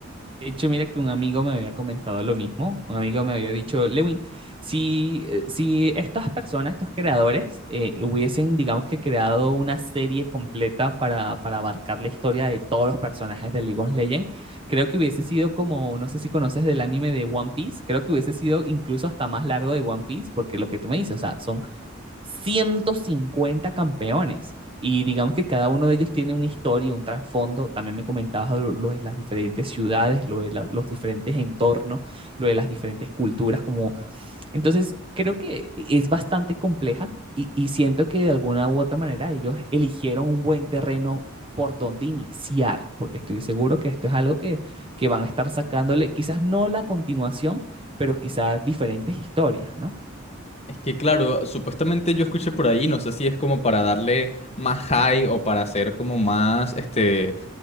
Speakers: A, on the right (about 25°); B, on the left (about 30°).
A: De hecho, mira que un amigo me había comentado lo mismo. Un amigo me había dicho, Lewin, si, eh, si estas personas, estos creadores, eh, hubiesen, digamos que, creado una serie completa para, para abarcar la historia de todos los personajes de League of Legends, creo que hubiese sido como, no sé si conoces del anime de One Piece, creo que hubiese sido incluso hasta más largo de One Piece, porque lo que tú me dices, o sea, son 150 campeones. Y digamos que cada uno de ellos tiene una historia, un trasfondo. También me comentabas lo, lo de las diferentes ciudades, lo de la- los diferentes entornos, lo de las diferentes culturas. Como... Entonces, creo que es bastante compleja y, y siento que de alguna u otra manera ellos eligieron un buen terreno por donde iniciar, porque estoy seguro que esto es algo que, que van a estar sacándole, quizás no la continuación, pero quizás diferentes historias, ¿no?
B: Es que claro, supuestamente yo escuché por ahí, no sé si es como para darle más high o para hacer como más, este,